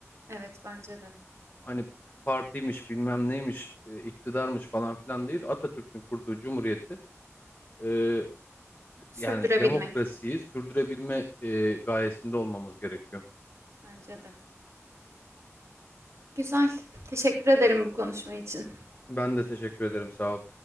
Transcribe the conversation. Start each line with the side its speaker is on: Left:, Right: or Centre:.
Right: evet bence de.
Left: hani partiymiş bilmem neymiş e, iktidarmış falan filan değil Atatürk'ün kurduğu cumhuriyeti e, d-
Right: Sürdürebilmek
Left: yani demokrasiyi sürdürebilme e, gayesinde olmamız gerekiyor.
Right: bence de. Güzel. Teşekkür ederim bu konuşma için.
Left: Ben de teşekkür ederim sağ ol.